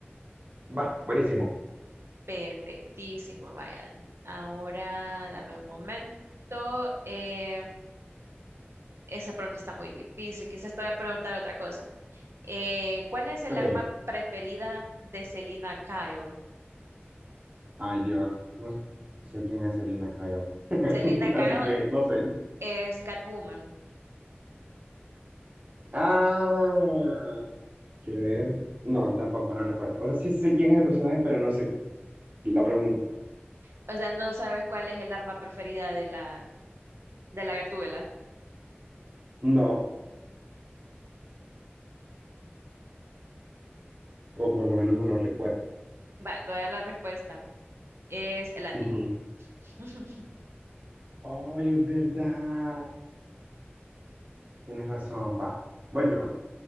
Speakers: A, on the right (about 40°); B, on the right (about 80°).
A: Va, buenísimo.
B: Perfectísimo, vaya. Ahora dame un momento. Eh, esa pregunta está muy difícil. Quizás te voy a preguntar otra cosa. Eh, ¿cuál es el
A: Ok.
B: arma preferida de Selina Kyle?
A: Ay Dios, no sé quién es Selena Kyle.
B: Selina
A: <laughs> Así
B: Kyle
A: que no sé.
B: es Catwoman.
A: Ah, quiero ver. No, tampoco, no recuerdo. O sea, sí sé quién es el personaje, pero no sé la pregunta.
B: O sea, no sabes cuál es el arma preferida de la, de la gatúbela.
A: No, o por lo menos no lo recuerdo.
B: Va, te voy a dar la respuesta. Es el látigo.
A: Ujú.
B: <laughs>
A: Ay, es verdad. Tienes razón, va. Voy yo.